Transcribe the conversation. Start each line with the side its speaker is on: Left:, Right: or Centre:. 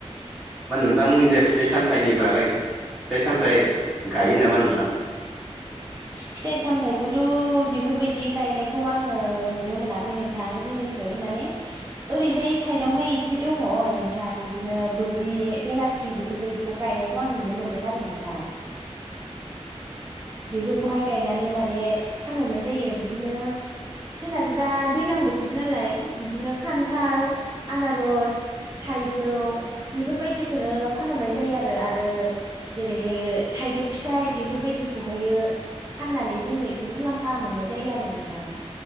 Centre: मा नोंथांमोननि जा फिथाइ सामथाइनि बागै फिथाइ सामथायाइ गायो नामा नोंथां
Right: फिथाइ सामथायाइखौथ' बेफोरबायदि गायनायखौ आङो नुनो मोनाखै नोंथां जोंनि ै माने ओरैजाय साइदावहाय एसे दङ नोंथां इदिनो बग्रि बेलाथि बे बेफोरबायदिखौ गायनायखौ आं नुनो मोनदों आरो नोंथां
Centre: <inaudible>
Right: बेफोरखौहाय गायनानै माने फानहरनाय जायो बिदिनो जोंनाथ' दा दैज्लां बोथोर नालाय बिदिनो खान्थाल आनारस थाइजौ बेफोरबायदिखौनो फानहरनाय जायो आरो आरो जेरैहायो थाइगिर फिथाइ बेफोरबायदिखौहायो फाननानै जोङो एसे मुलाम्फा मोननाय जायो आरो नोंथां।